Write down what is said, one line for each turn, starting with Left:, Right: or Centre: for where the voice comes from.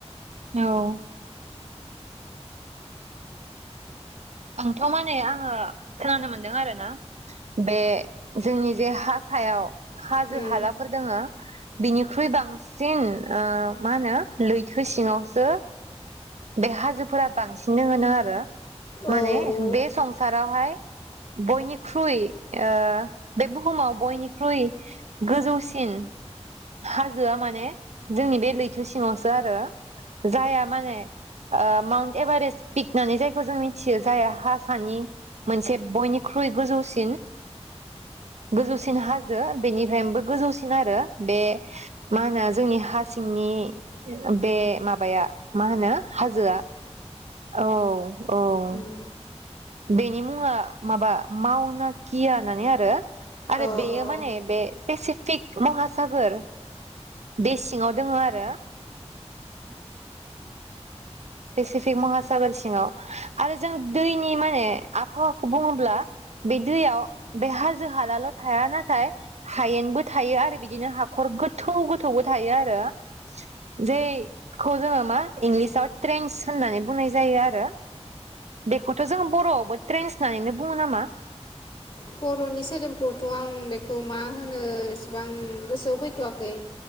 Right: औ आंथ' माने आङो खोनानो मोनदों आरोना बे जोंनि जे हा सायाव हाजो
Left: उम
Right: हालाफोर दोङो। बिनिख्रुइ बांसिन ओ मा होनो लैथो सिङावसो बे हाजोफोरा बांसिननो दोङोनो आरो।
Left: औ
Right: माने
Left: औ
Right: बे संसारावहाय बयनिख्रुइ ओ बे बुहुमाव बयनिख्रुइ गोजौसिन हाजोआ माने जोंनि बे लैथो सिङावसो आरो जायहा माने माउन्ट एभारेस्ट पिक होननानै जायखौ जों मिथि मिथियो जायहा हा सानि मोनसे बयनिख्रुइ गोजौसिन गोजौसिन हाजो बेनिफ्रायबो गोजौसिन आरो बे मा होनो जोंनि हा सिंनि बे माबाया मा होनो हाजोआ औ। औ
Left: उम।
Right: बेनि मुङा माबा मावनाकिया होननानै आरो आरो
Left: औ
Right: बेयो
Left: औ
Right: माने बे पेसिफिक महासागोर बे सिङाव दोङ आरो। पेसिफिक महासागर सिङाव आरो जों दैनि माने आबहावाखौ बुङोब्ला बे दैयाव बे हाजो हालाल' थाया नाथाय हायेनबो थायो आरो बिदिनो हाखर गोथौ गोथौबो थायो आरो जैखौ जोङो मा इंलिसाव ट्रेन्स होननानै बुंनाय जायो आरो बेखौथ' जोङ बर'आवबो ट्रेन्स होननानैनो बुङो नामा?
Left: बर'नि सोदोमखौथ' आं बेखौ मा होनो एसेबां गोसोआव फैथ'वाखै